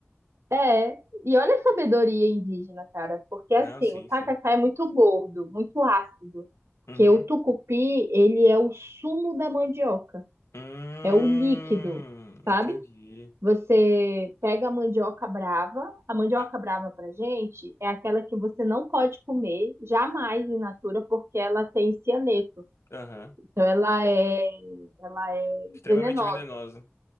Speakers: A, on the right (about 70°); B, on the left (about 80°).
A: É, e olha a sabedoria indígena, cara, porque assim,
B: Não, sim,
A: o tacacá
B: sim.
A: é muito gordo, muito ácido, porque
B: Uhum.
A: o tucupi, ele é o sumo da mandioca,
B: Hum,
A: é o líquido, sabe?
B: entendi.
A: Você pega a mandioca brava, a mandioca
B: Ah,
A: brava pra gente é aquela que você não pode comer jamais in natura porque ela tem cianeto,
B: aham.
A: então ela é, ela é
B: Extremamente
A: venenosa,
B: venenosa.